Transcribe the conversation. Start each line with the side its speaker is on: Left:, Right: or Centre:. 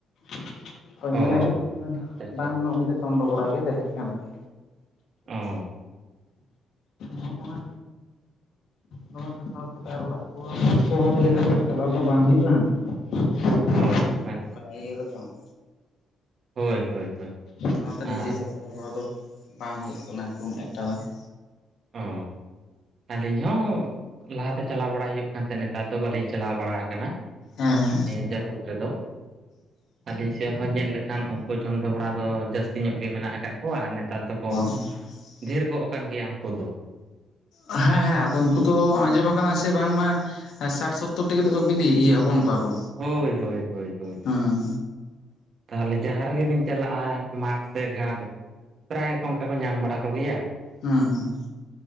Left: ᱾ ᱛᱚ
Right: ᱚ
Left: ᱧᱮᱞᱮ ᱦᱩᱭᱩᱜ ᱠᱟᱱᱟ
Right: ᱟᱪᱪᱷᱟ ᱟᱪᱪᱷᱟ
Left: ᱵᱟᱝ ᱢᱟ ᱩᱱᱤ ᱫᱚ ᱪᱚᱱᱫᱚ ᱵᱚᱲᱟ ᱜᱮ ᱛᱟᱦᱮᱸᱜ ᱠᱟᱱᱟᱭ ᱾
Right: ᱚ ᱾
Left: ᱦᱚᱸᱜ ᱚᱱᱟ ᱫᱚᱢᱮ ᱮᱠᱴᱟ ᱥᱟᱦᱚᱥ ᱠᱟᱛᱮᱜ ᱚᱲᱟᱜ ᱠᱚ ᱠᱚᱦᱚᱸ ᱞᱟᱹᱭ ᱫᱟᱠᱚ ᱪᱟᱞᱟᱣ ᱫᱚ ᱵᱟᱝ ᱦᱩᱭᱩᱜᱼᱟ ᱾
Right: ᱚ ᱟᱪᱪᱷᱟ
Left: ᱱᱚᱝᱠᱟ ᱤᱭᱟᱹ ᱨᱮᱫᱚ ᱾
Right: ᱦᱳᱭ ᱦᱳᱭ ᱦᱳᱭ
Left: ᱚᱱᱟ ᱦᱚᱛᱮ ᱱᱤᱡᱮ
Right: ᱟᱨ
Left: ᱦᱚ ᱪᱟᱞᱟᱣ ᱵᱟᱲᱟ ᱫᱚ ᱵᱟᱝ ᱦᱩᱭᱩᱜ ᱠᱟᱱᱟ ᱟᱨᱠᱤ ᱩᱱᱟᱜ ᱮᱠᱴᱟ ᱫᱚ ᱾
Right: ᱚ ᱾ ᱟᱹᱞᱤᱧ ᱦᱚᱸ ᱞᱟᱦᱟᱛᱮ ᱪᱟᱞᱟᱣ ᱵᱟᱲᱟᱭ ᱦᱩᱭᱩᱜ ᱠᱟᱱ ᱛᱟᱦᱮᱸ, ᱱᱮᱛᱟᱨ ᱫᱚ ᱵᱟᱹᱞᱤᱧ ᱪᱟᱞᱟᱣ ᱵᱟᱲᱟ ᱟᱠᱟᱱᱟ ᱾
Left: ᱦᱮᱸ ᱦᱮᱸ
Right: ᱱᱤᱭᱟᱹ ᱡᱟᱹᱯᱩᱫ ᱨᱮᱫᱚ ᱾ ᱟᱹᱞᱤᱧ ᱥᱮᱜ ᱦᱚᱸ ᱧᱮᱞ ᱞᱮᱠᱷᱟᱱ ᱩᱝᱠᱩ ᱪᱚᱸᱫᱚᱵᱚᱲᱟ ᱫᱚ ᱡᱟᱹᱥᱛᱤ ᱧᱚᱜ ᱜᱮ ᱢᱮᱱᱟᱜ ᱟᱠᱟᱫ ᱠᱚᱣᱟ ᱟᱨ ᱱᱮᱛᱟᱨ ᱫᱚᱠᱚ
Left: <inaudible>
Right: ᱰᱷᱮᱨ ᱜᱚᱜ ᱠᱟᱱ ᱜᱮᱭᱟ ᱩᱱᱠᱩ ᱫᱚ᱾
Left: ᱦᱮᱸ ᱦᱮᱸ ᱟᱫᱚ ᱩᱱᱠᱩ ᱫᱚ ᱟᱸᱡᱚᱢᱟ ᱟᱠᱟᱱᱟ ᱥᱮ ᱵᱟᱝ ᱢᱟ ᱾ ᱦᱮᱸ ᱥᱟᱴ ᱥᱚᱛᱛᱳᱨᱴᱤ ᱠᱟᱛᱮᱫ ᱠᱚ ᱵᱤᱞᱤ ᱤᱭᱟᱹ ᱦᱚᱯᱚᱱ ᱠᱚᱣᱟ ᱠᱚ᱾
Right: ᱦᱳᱭ ᱦᱳᱭ ᱦᱳᱭ ᱦᱳᱭ᱾
Left: ᱦᱮᱸ
Right: ᱛᱟᱦᱚᱞᱮ ᱡᱟᱦᱟᱸ ᱨᱮᱜᱮ ᱵᱤᱱ ᱪᱟᱞᱟᱜᱼᱟ ᱢᱟᱴᱷ ᱥᱮ ᱜᱷᱟᱴ? ᱯᱨᱟᱭ ᱜᱮᱠᱚ ᱚᱱᱠᱟ ᱠᱚ ᱧᱟᱢ ᱵᱟᱲᱟ ᱠᱚ ᱜᱮᱭᱟ᱾
Left: ᱦᱩᱸ ᱦᱩᱸ᱾